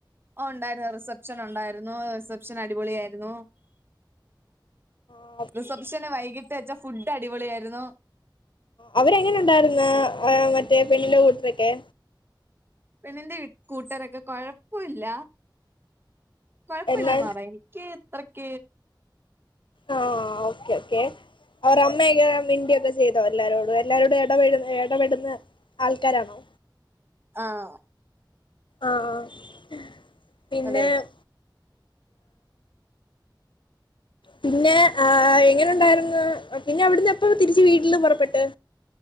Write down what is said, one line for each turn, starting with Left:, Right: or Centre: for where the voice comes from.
Right: ഓ ഉണ്ടായിരുന്നു റിസപ്ഷൻ ഉണ്ടായിരുന്നു റിസപ്ഷൻ അടിപൊളിയ ആയിരുന്നു
Left: ആഹ്
Right: റിസപ്ഷന് വൈകിട്ട് വെച്ചാ ഫുഡ് അടിപൊളിയായിരുന്നു
Left: അവരെങ്ങനെ ഉണ്ടായിരുന്ന മറ്റേ പെണ്ണിന്റെ കൂട്ടരൊക്കെ?
Right: പെണ്ണിന്റെ കൂട്ടാരൊക്കെ കൊഴപ്പില്ല കൊഴപ്പല്ലന്ന്
Left: എന്നാ
Right: പറയ ക്ക എത്രക്ക
Left: ആഹ് ഓക്കെ ഓക്കെ അവർ അമ്മയൊക്കെ മിണ്ടിയൊക്കെ ചെയ്തോ എല്ലാരോടും എല്ലാരോടും ഇടപെട ഇടപെടുന്ന- ആൾക്കാരാണോ?
Right: ആഹ്
Left: ആഹ് ആഹ് പിന്നെ
Right: അതെ അതെ
Left: <inaudible> പിന്നെ ആഹ് എങ്ങനെണ്ടായിരുന്നു പിന്ന അവിടുന്ന് എപ്പ തിരിച്ച് വീട്ട്‌ല് പൊറപ്പെട്ട്